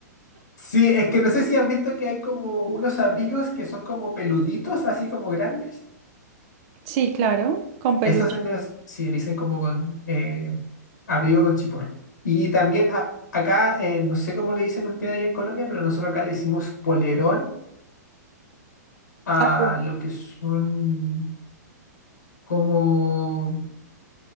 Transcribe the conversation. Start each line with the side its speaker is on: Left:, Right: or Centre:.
Left: sí, es que no sé si has visto que hay como unos abrigos que son como peluditos, así como grandes.
Right: Sí, claro, con peluche.
Left: Esos se los, sí, le dicen como con eh, abrigo con chiporro. Y también a- acá, eh, no sé cómo le dicen ustedes allá en Colombia, pero nosotros acá le decimos polerón a
Right: Así,
Left: lo que son como